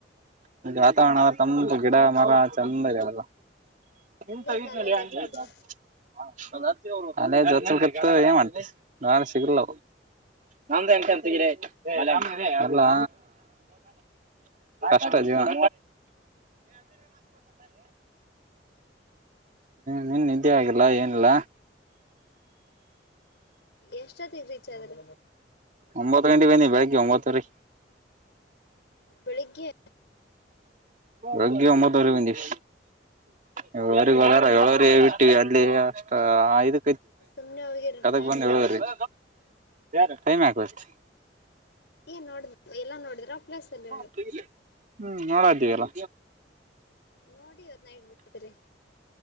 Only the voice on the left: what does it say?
ಅಲ್ಲೇ ಕಾಲೇಜ್ ಹಚ್ಬಿಡ್ರಿ
ಎಷ್ಟೊತ್ತಿಗೆ ರೀಚ್ ಆದ್ರಿ
ಬೆಳಿಗ್ಗೆ
ಸುಮ್ನೆ ಹೋಗಿರ
ಟೈಮ್
ವೇಸ್ಟ್
ಏನ್ ನೋಡ ಎಲ್ಲಾ ನೋಡಿದ್ರ ಪ್ಲೇಸ್ ಅಲ್ಲಿ
ನೋಡಿ ಇವತ್ ನೈಟ್ ಬಿಡ್ತೀರಿ.